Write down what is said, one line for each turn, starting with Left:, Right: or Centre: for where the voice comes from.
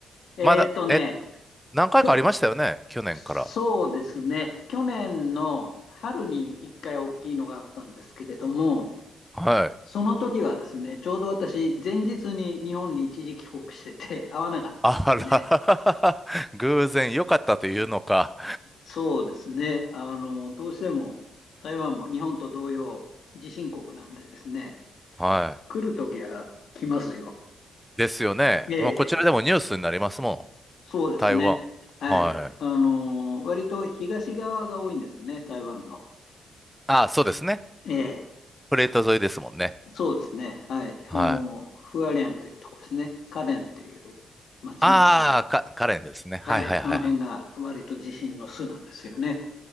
Left: えーっとね、
Centre: まだ、え、何回かありましたよね去年から。
Left: きょそうですね、去年の春に1回大きいのがあったんですけれども、
Centre: はい。
Left: その時はですね、ちょうど私、前日に日本に一時帰国してて、<laughs> 会わなかったんですね。
Centre: あら、<laughs> 偶然良かったというのか。
Left: そうですね、あの、どうしても台湾も日本と同様、地震国なんでですね、
Centre: はい。
Left: 来る時は来ますよ。
Centre: ですよね。
Left: ええ、
Centre: まあこちらでもニュースになりますもん。
Left: そうですね。
Centre: 台湾。
Left: はい。
Centre: はい。
Left: あの、割と東側が多いんですね、台湾の。
Centre: あ、そうですね。
Left: ええ、
Centre: プレート沿いですもんね。
Left: そうですね。はい。
Centre: はい。
Left: あの、フアレンというとこですね。カレンという町なんかが、
Centre: ああ、か、カレンですね。はいはいはいはい。
Left: はい。あの辺が割と地震の巣なんですよね。